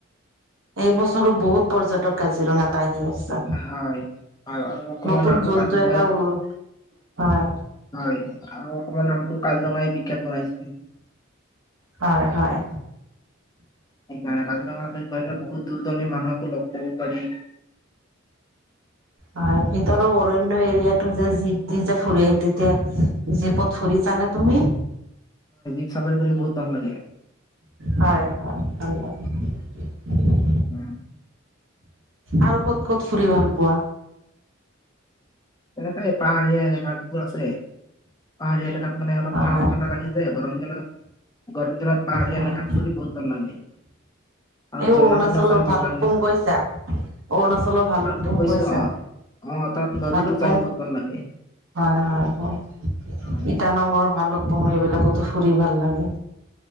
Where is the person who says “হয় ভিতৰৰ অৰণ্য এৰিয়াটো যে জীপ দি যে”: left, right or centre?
Right